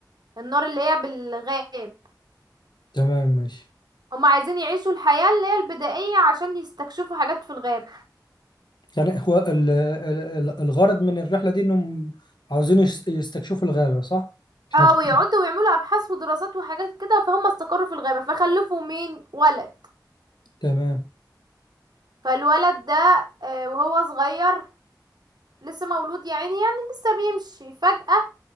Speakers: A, on the right; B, on the left.
A: النار اللي هي بالغاب
B: تمام ماشي
A: هم عايزين يعيشوا الحياة اللي هي البدائية عشان يستكشفوا حاجات في الغاب
B: يعني هو ال- ال- ال- الغرض من الرحله دي انهم عاوزين يس- يستكشفوا الغابه صح عشان
A: اه
B: يكون-
A: ويقعدوا ويعملوا أبحاث ودراسات وحاجات كده فهم استقروا في الغابة فخلفوا مين ولد
B: تمام
A: فالولد ده آه، وهو صغير لسه مولود يا عيني يعني لسه بيمشي فجأة